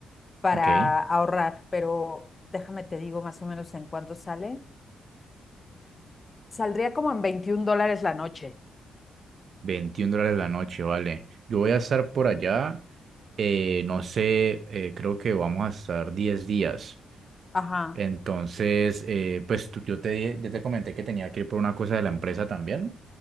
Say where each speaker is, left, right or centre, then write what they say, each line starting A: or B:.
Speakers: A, on the left; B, on the right.
A: para
B: Ok,
A: ahorrar, pero déjame te digo más o menos en cuánto sale. Saldría como en veintiún dólares la noche.
B: 21 dólares la noche, vale. Yo voy a estar por allá, eh, no sé, eh, creo que vamos a estar 10 días.
A: Ajá,
B: Entonces, eh, pues tú- yo te, di- yo te comenté que tenía que ir por una cosa de la empresa también.